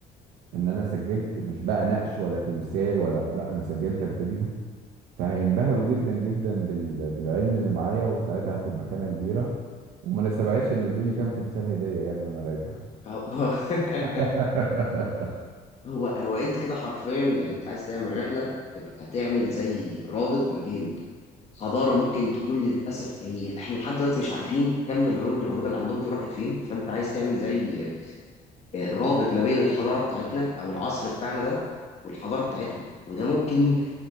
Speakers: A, on the right; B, on the left.
A: ان انا سجلت مش بقى نقش ولا تمثال ولا لا انا سجلتك فيديو فهينبهروا
B: م.
A: جدا جدا بال... بالعلم اللي معايا وساعتها هاخد مكانه كبيره وما نستبعدش انه يدوني كام تمثال هديه يعني وانا راجع
B: آه آه <laughs>
A: <laughs>
B: هو هو انت كده حرفيا يعني انت عايز تعمل رحله تبقى تعمل زي رابط ما بين حضاره ممكن تكون للاسف هي احنا لحد دلوقتي مش عارفين كم العلوم الرهيبه اللي عندهم دي راحت فين فانت عايز تعمل زي آه، رابط ما بين الحضاره بتاعتنا او العصر بتاعنا ده والحضاره بتاعتهم وده ممكن